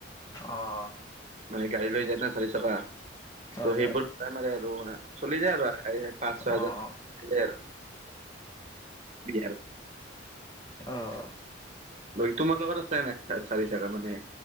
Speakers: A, on the left; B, on the right.
A: অহ।
B: মানে গাড়ি লৈ যায় ন চাৰি চকা
A: হয়
B: ত' সেইবোৰ
A: হয়
B: ভাৰাই মাৰে আৰু মানে চলি যায় আৰু পাঁচ ছয় হাজাৰ
A: অ অ
B: <inaudible> আৰু বিয়াৰ।
A: অহ।
B: বাকি তোমাৰ লগত আছে নাই চ চাৰি চকা মানে?